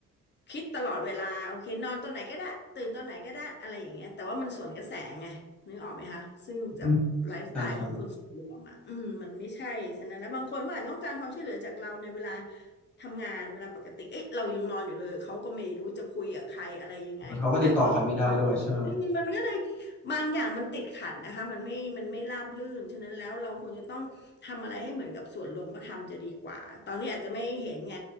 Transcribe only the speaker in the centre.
อืมใช่ใช่
เขาก็ติดต่อใครไม่ได้ด้วยใช่